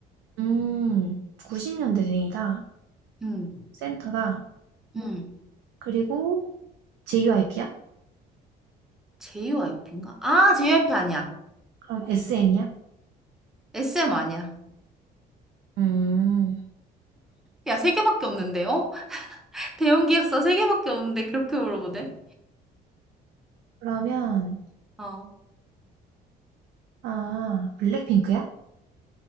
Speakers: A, on the right; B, in the centre.
A: 음, 90년대생이다.
B: 음,
A: 센터다.
B: 음.
A: 그리고 JYP야?
B: JYP인가? 아 JYP 아니야.
A: 그럼 SM이야?
B: SM 아니야.
A: 음,
B: 야 세 개밖에 없는데 어? <laughs> 대형 기획사 세 개밖에 없는데 그렇게 물어보네?
A: 그러면,
B: 어,
A: 아, 블랙핑크야?